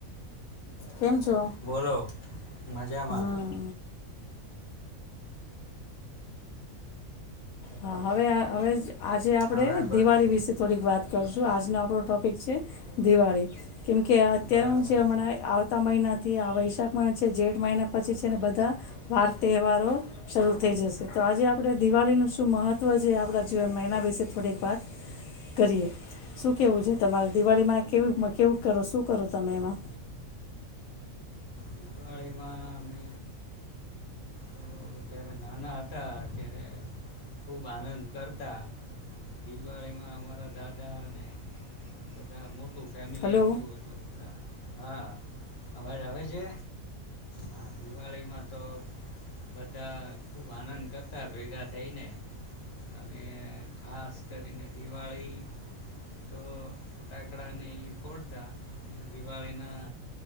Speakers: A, on the left; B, on the left.
A: કેમ છો
B: બોલો, મજામાં.
A: હમ હા હવે આ આવેજ આજે આપણે
B: હવે બરાબર
A: દિવાળી વિશે થોડીક વાત કરશું, આજનો આપણો ટોપિક છે દિવાળી કેમકે અત્યારે
B: બરાબર
A: હું જે હમણાં એ આવતા મહિના તે આ વૈશાખ મહિના છે, જેઠ મહિના પછી છે ને બધા વાર તહેવારો શરૂ થઈ જશે, તો આજે આપણે દિવાળીનું શુ મહત્ત્વ છે આપણા જીવનમાં એના વિશે થોડીક વાત કરીએ, શું કેવું છે તમારે?? દિવાળીમાં કેવી કેવું કરો શું કરો તમે એમાં
B: દિવાળીમાં અમે તો જ્યારે નાના હતા ત્યારે ખૂબ આનંદ કરતા, દિવાળીમાં અમારા દાદા અને બધા મોટું ફેમિલી
A: હલો
B: હતું એટલે બધા હા. અવાજ આવે છે હા દિવાળી માં તો બધા ખૂબ આનંદ કરતા ભેગા થઈને અને ખાસ કરીને દિવાળી તો ફટાકડાને એ ફોડતા દિવાળીના